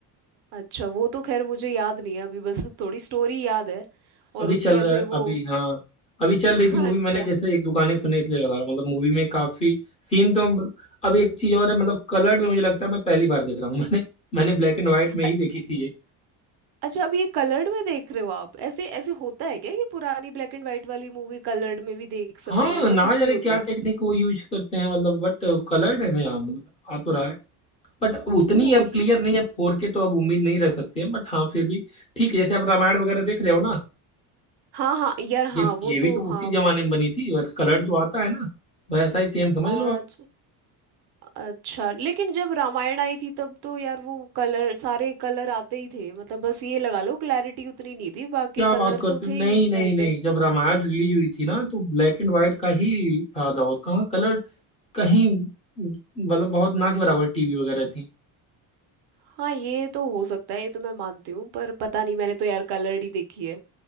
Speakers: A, on the right; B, on the left.
A: अच्छा वो तो खैर मुझे याद नहीं है अभी बस अब थोड़ी स्टोरी याद है
B: अभी
A: और उसके
B: चल
A: ऐसे
B: रहा है
A: वो
B: अभी हाँ अभी चल
A: <laughs> हाँ,
B: रही थी मूवी
A: अच्छा
B: मैंने जैसे एक दुकाने सुने इसलिए बता रहा हूँ मतलब मूवी में काफी सीन तो अब एक चीज और है मतलब कलर्ड में मुझे लगता है मैं पहली बार देख रहा हूँ <laughs> मैंने मैंने ब्लैक एंड व्हाइट में
A: अ-
B: ही देखी थी ये
A: अच्छा अब ये कलर्ड में देख रहे हो आप ऐसे ऐसे होता है क्या ये पुरानी ब्लैक एंड व्हाइट वाली मूवी कलर्ड में भी देख सकते
B: हाँ
A: हैं ऐसा
B: ना
A: कुछ
B: जाने
A: भी होता
B: क्या
A: है
B: टेक्निक वो यूज करते हैं मतलब बट कलर्ड है मैं हाँ मतलब आ तो रहा है बट अब उतनी
A: ओ
B: अब
A: ये
B: क्लियर नहीं है फोर के तो अब उम्मीद नहीं रख सकते हैं बट हाँ फिर भी ठीक है जैसे आप रामायण वगैरह देख रहे हो ना
A: हाँ हाँ यार
B: ये
A: हाँ वो
B: ये भी
A: तो
B: तो
A: हाँ
B: उसी जमाने में बनी थी बस कलर्ड तो आता है ना वैसा ही सेम समझ
A: अच्छा
B: लो आप
A: अच्छा लेकिन जब रामायण आई थी तब तो यार वो कलर सारे कलर आते ही थे मतलब बस ये लगा लो क्लैरिटी उतनी नहीं थी बाकी
B: क्या बात
A: कलर
B: करते
A: तो
B: हो
A: थे
B: नहीं
A: ही उस
B: नहीं
A: टाइम
B: नहीं
A: पे
B: जब रामायण रिलीज हुई थी ना तो ब्लैक एंड व्हाइट का ही था दौर कहाँ कलर कहीं मतलब बहुत ना के बराबर टीवी वगैरह थी
A: हाँ ये तो हो सकता है ये तो मैं मानती हूँ पर पता नहीं मैंने तो यार कलर्ड ही देखी है